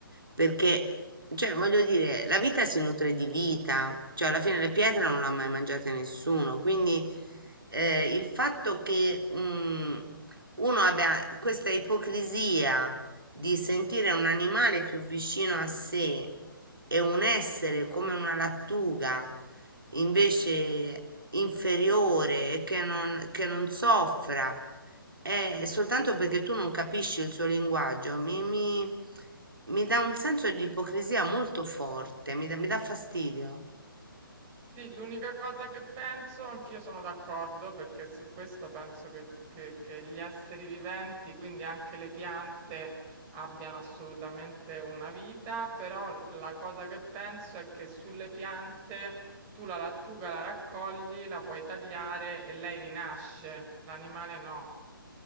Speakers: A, on the right (about 70°); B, on the right (about 20°).
A: perché, cioè, voglio dire, la vita si nutre di vita, cioè alla fine le pietre non l'ha mai mangiate nessuno, quindi eh, il fatto che mm, uno abbia questa ipocrisia di sentire un animale più vicino a sé e un essere come una lattuga invece inferiore e che non, che non soffra, è soltanto perché tu non capisci il suo linguaggio, mi, mi- mi dà un senso di ipocrisia molto forte, mi dà mi dà fastidio.
B: Sì, l'unica cosa che penso, anch'io sono d'accordo, perché su questo penso che, che- che gli esseri viventi, quindi anche le piante, abbiano assolutamente una vita, però la cosa che penso è che sulle piante tu la lattuga la raccogli, la puoi tagliare e lei rinasce, l'animale no.